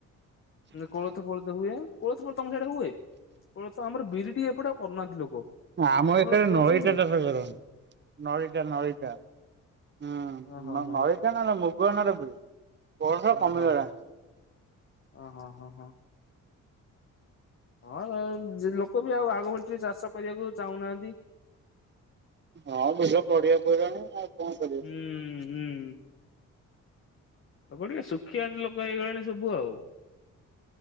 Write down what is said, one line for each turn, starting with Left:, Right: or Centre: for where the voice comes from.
Left: କୋଳଥୋଫୋଳଥ ହୁଏ, କୋଳଥ ଫୋଲଥ ତମ ସେଆଡେ ହୁଏ? କୋଳଥ ଆମର ବିରି ଟିକେ ଏପଟେ ଆଉ କରୁନାହାନ୍ତି ଲୋକ।
Right: ଆମ
Left: ତମର
Right: ଏଠାରେ
Left: କୋଳଥ
Right: ନଲିତା
Left: ହୁଏ
Right: ଚାଷ କରନ୍ତି, ନଳିତା ନଳିତା। ହୁଁ
Left: ଓହୋ ହୋ
Right: ନଳିକା ନା ମୁଗ ନ ହେଲେ ବିରି। ବର୍ଷା କମିଗଲାଣି
Left: ଓ ହୋ ଓ ହୋ ହ ହଁ ହଁ ଲୋକ ବି ଆଉ ଆଗଭଳି ଟିକେ ଚାଷ କରିବାକୁ ଚାହୁଁନାହାନ୍ତି।
Right: ହଁ, ବିଲ ପଡିଆ ପଇଲାଣି, ଆଉ କଣ କରିବି।
Left: ହୁଁ ହୁଁ। ଆ ଟିକେ ସୁଖିଆତି ଲୋକ ହେଇଗଲେଣି ସବୁ ଆଉ।